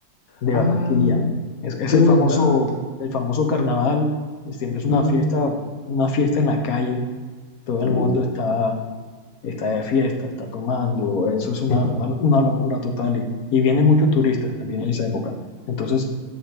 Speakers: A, on the left; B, on the left.
A: de
B: Ah,
A: Barranquilla. ¿eh? Es, es
B: qué
A: el
B: buen
A: famoso,
B: dato.
A: el famoso carnaval. Siempre es una
B: Mm,
A: fiesta, una fiesta en la calle. Todo el
B: uh,
A: mundo está, está de fiesta, está tomando. Eso es una,
B: <laughs>
A: una, una locura total. Y, y vienen muchos turistas también en esa época. Entonces,